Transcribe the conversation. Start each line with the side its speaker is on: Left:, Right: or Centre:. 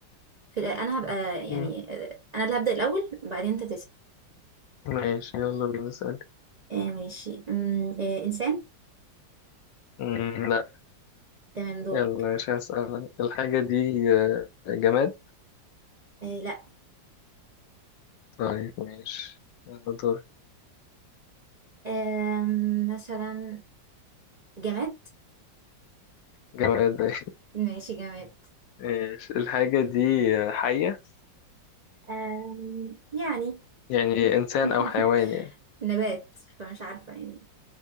Right: في الأ- انا هبقى يعني
Left: مم.
Right: آه، انا اللي هبدا الاول بعدين انت تسال
Left: ماشي يلا بينا نسأل
Right: آه ماشي أم... آه انسان
Left: مم، لا
Right: تمام دورك
Left: يلا مش هسأل الحاجة دي آه، جماد
Right: آه لا
Left: طيب ماشي يلا دور
Right: آم... مثلا جماد
Left: جماد <laughs>
Right: ماشي جماد
Left: ماشي الحاجة دي آه، حية
Right: آم، يعني
Left: يعني إنسان
Right: <laughs>
Left: أو حيوان يعني
Right: نبات فمش عارفة يعني